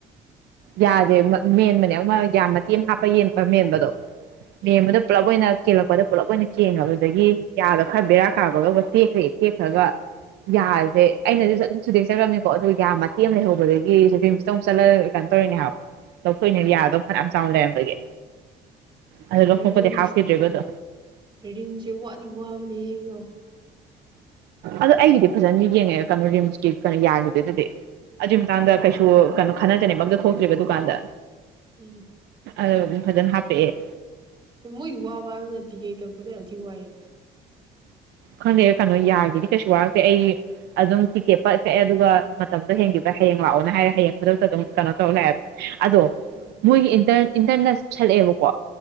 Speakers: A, on the right (about 80°); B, on the right (about 30°).
A: ꯌꯥꯗꯦ ꯃꯦꯟꯕꯅꯦ ꯑꯃ ꯌꯥꯝ ꯃꯇꯦꯝ ꯍꯥꯞꯄ ꯌꯦꯟꯛꯄ ꯃꯦꯟꯕꯗꯣ ꯃ
B: ꯎꯝ
A: ꯃꯗ ꯄ꯭ꯂꯕꯅ ꯀꯦꯜꯂꯛꯄꯗ ꯄꯨꯂꯞ ꯑꯣꯏꯅ ꯆꯦꯟꯉꯕ ꯑꯗꯨꯗꯒꯤ ꯌꯥꯗ ꯈꯔ ꯕꯦꯔꯥ ꯀꯥꯕꯒ ꯇꯦꯛꯈ꯭ꯔꯦ ꯇꯦꯛꯈ꯭ꯔꯒ ꯑꯗ ꯑꯩꯅꯗꯤꯁꯨ ꯑꯗꯨꯝ ꯆꯨꯗꯦꯛꯆꯈꯕꯅꯤꯀꯣ ꯑꯗꯨꯒ ꯌꯥꯝ ꯃꯇꯦꯝ ꯑꯃ ꯂꯩꯍꯧꯕꯗꯒꯤ ꯁꯨꯗꯤꯝꯁꯤꯗ ꯑꯃꯨꯛ ꯆꯠꯂ ꯀꯩꯅꯣ ꯇꯧꯔꯤꯅꯦ ꯍꯥꯏꯕ ꯂꯧꯊꯣꯛꯏꯅꯦ ꯌꯥꯔꯗꯕ ꯐꯅꯌꯥꯝ ꯆꯥꯎꯅ ꯂꯩꯔꯝꯕꯒꯤ ꯑꯗꯣ ꯂꯧꯊꯣꯛꯄꯗꯤ
B: ꯔꯦꯗꯤꯝ
A: ꯍꯥꯞꯈꯤꯗ꯭ꯔꯦꯕ ꯑꯗꯣ
B: ꯔꯦꯗꯤꯝꯁꯦ ꯋꯥꯠꯂꯤ ꯋꯥꯕꯅꯦ ꯌꯦꯡꯉꯣ
A: ꯑꯗꯣ ꯑꯩꯒꯤꯗꯤ ꯐꯖꯅꯤ ꯌꯦꯡꯉꯦ ꯀꯩꯅꯣ ꯔꯤꯝꯁꯀꯤ ꯀꯩꯅꯣ ꯌꯥꯜꯔꯨꯗꯦꯗꯗꯤ ꯑꯗꯨꯒꯤ ꯃꯇꯥꯡꯗ ꯀꯩꯁꯨ ꯀꯩꯅꯣ ꯈꯟꯅꯖꯅꯦ ꯃꯪꯗ ꯊꯣꯛꯇ꯭ꯔꯤꯕ ꯗꯨꯀꯥꯟꯗ
B: ꯎꯝ
A: ꯑꯗꯨ ꯐꯖꯅ ꯍꯥꯞꯄꯦꯑꯦ
B: ꯑ ꯃꯣꯏꯒꯤ ꯋꯥꯕ ꯍꯥꯏꯕꯅ ꯇꯤꯀꯦꯠ ꯀꯛꯄꯗ ꯌꯥꯝꯅꯨꯡꯇꯤ ꯋꯥꯏꯗꯤ
A: ꯈꯪꯗꯦ ꯀꯩꯅꯣ ꯌꯥꯒꯤꯗꯤ ꯀꯩꯁꯨ ꯋꯥꯔꯛꯇꯦ ꯑꯩ ꯑꯗꯨꯝ ꯇꯤꯛꯀꯦꯠ ꯄꯛ ꯆꯛꯑꯦ ꯑꯗꯨꯒ ꯃꯇꯝꯗꯣ ꯍꯡꯈꯤꯕ ꯍꯌꯦꯡ ꯂꯥꯛꯑꯣꯅ ꯍꯥꯏꯔꯦ ꯍꯌꯦꯡ ꯈꯨꯗꯛꯇ ꯑꯗꯨꯝ ꯀꯩꯅꯣ ꯇꯧꯔ ꯂꯥꯛꯑꯦꯕ ꯑꯗꯣ
B: ꯑꯥ
A: ꯃꯣꯏꯒꯤ ꯏꯟꯇꯔ ꯏꯟꯇꯔꯅ ꯁꯠꯂꯛꯑꯦꯕꯀꯣ